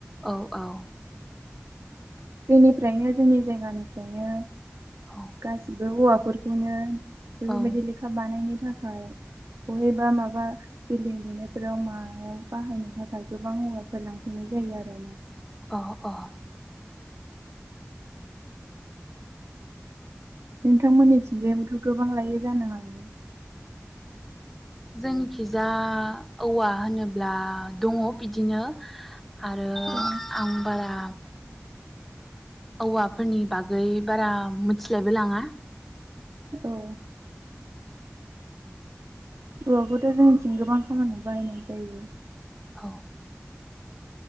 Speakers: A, in the centre; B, on the right.
A: औ औ
B: जोंनिफ्रायनो जोंनि जायगानिफ्रायनो
A: औ
B: गासि बो औवाफोरखौनो बेफोरबायदि
A: औ
B: लेखा बानायनो थाखाय अहेबा माबा बिल्डिं लुनायफोराव मायाव बाहायनो थाखाय गोबां औवाफोर लांफैनाय जायो आरो।
A: अह अह
B: नोंथांमोननिथिंजायबोथ' गोबां लायो जानो हागौ।
A: जोंनिखिजा औवा होनोब्ला दंङ बिदिनो आरो
B: औ
A: आं बारा औवाफोरनि बागै बारा मिथिलायबो लाङा।
B: औ औवाखौथ' जोंनिथिं गोबां खामानियाव बाहायनाय जायो।
A: औ